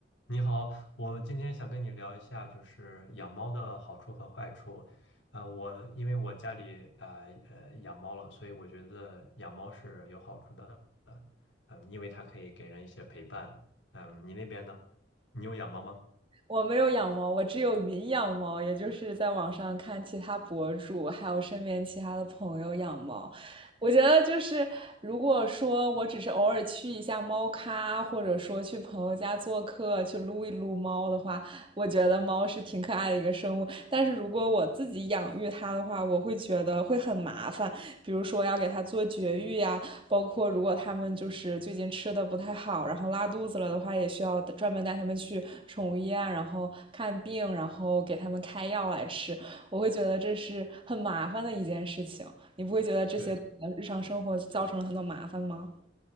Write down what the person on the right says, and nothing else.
我没有养猫，我只有云养猫，也就是在网上看其他博主，还有身边其他的朋友养猫。我觉得就是，如果说我只是偶尔去一下猫咖，或者说去朋友家做客，去撸一撸猫的话，我觉得猫是挺可爱的一个生物。但是如果我自己养育它的话，我会觉得会很麻烦，比如说要给它做绝育呀、啊包括如果他们就是最近吃的不太好，然后拉肚子了的话，也需要专门带他们去宠物医院，然后看病，然后给他们开药来吃。我会觉得这是很麻烦的一件事情，你不会觉得这些日常生活造成了很多麻烦吗？